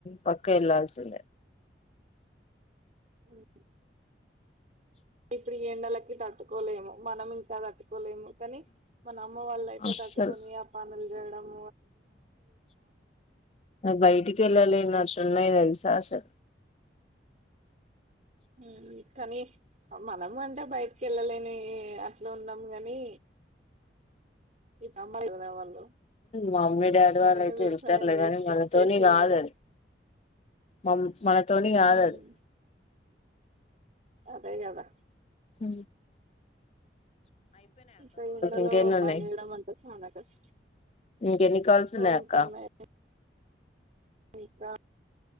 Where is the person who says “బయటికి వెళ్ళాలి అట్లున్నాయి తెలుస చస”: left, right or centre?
Left